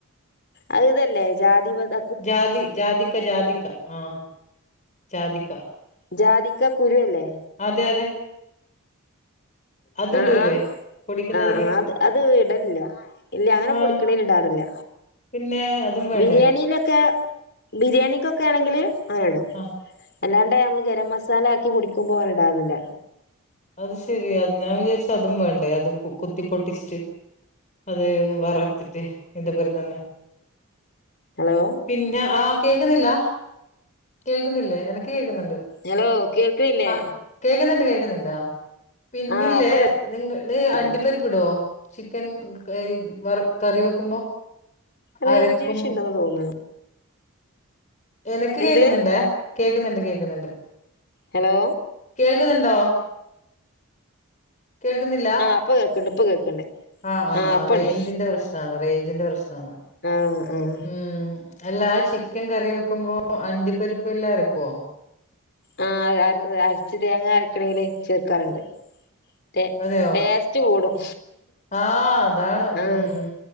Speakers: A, on the left (about 50°); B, on the left (about 35°).
A: അത് ഇതല്ലേ ജാതിപത-
B: ജാതി ജാതിക്ക ജാതിക്ക ആഹ് ജാതിക്ക
A: ജാതിക്ക കുരു അല്ലേ
B: അതെ അതെ അത്
A: അഹ്
B: ഇടൂലേ
A: ആഹ്
B: പൊടിക്കുന്നതില്
A: അഹ് ആഹ് അത് അത് ഇടലില്ല ഇല്ല അങ്ങനെ
B: ആഹ്
A: പൊടിക്കണേൽ ഇടാറില്ല
B: പിന്നെ അതും വേണ്ടേ
A: ബിരിയാണിയിലൊക്കെ ബിരിയാണിക്കൊക്കെ ആണെങ്കില് അങ്ങനെ ഇടും
B: ആഹ്
A: അല്ലാണ്ട് ഞങ്ങൾ ഗരം മസാല ആക്കി പൊടിക്കുമ്പോ അങ്ങനെ ഇടാറില്ല
B: അത് ശരി അഹ് ഞാൻ വിചാരിച്ച് അതും വേണ്ടേ അത് കുത്തി പൊട്ടിച്ചിട്ട് അത് വറത്തിട്ട് അയിന്റപ്പരം തന്നെ
A: ഹലോ
B: പിന്ന ആഹ് കേക്കുന്നില്ല കേൾക്കുന്നില്ലേ എനക്ക് കേക്കുന്നുണ്ട്
A: ഹലോ കേൾക്കണില്ലേ
B: ആഹ് കേക്കുന്നുണ്ട് കേക്കുന്നുണ്ട് ആഹ് പിന്നില്ലേ
A: ആഹ് ഇപ്പൊ
B: നിങ്ങള്
A: കേൾക്ക്ണ്ട്
B: അണ്ടിപ്പരിപ്പിടോ ചിക്കൻ കയ വർ കറി വെക്കുമ്പോ
A: റേഞ്ച്
B: അരക്കും
A: വിശയുണ്ടന്ന് തോന്നുണത്
B: എനക്ക് കേക്ക്ന്നുണ്ടേ
A: എന്ത്
B: കേക്ക്ന്നുണ്ട് കേക്ക്ന്നുണ്ട്
A: ഹലോ.
B: കേൾക്ക്ന്നുണ്ടോ കേൾക്ക്ന്നില്ല
A: ആ ഇപ്പൊ കേൾക്കണ്ട് ഇപ്പൊ കേൾക്കണ്ട്
B: ആഹ് ആഹ്
A: ആ
B: ആഹ്
A: അപ്പണ്ട്
B: റേഞ്ചിന്റെ പ്രശ് നാണ് റേഞ്ചിന്റെ പ്രശ്നാണ്
A: ഉം ഉം
B: ഉം അല്ലാ ചിക്കൻ കറി വെക്കുമ്പോ അണ്ടിപ്പരിപ്പ് എല്ലാം അരക്കാേ
A: ആഹ് അര് അര് അരച്ച് തേങ്ങ അരക്ക്ണീല്‌ ചേർക്കാറ്ണ്ട് ടേ
B: അതെയോ
A: ടേസ് സ്റ്റ് കൂടും
B: ആ അതാണ് ഉം
A: ആഹ്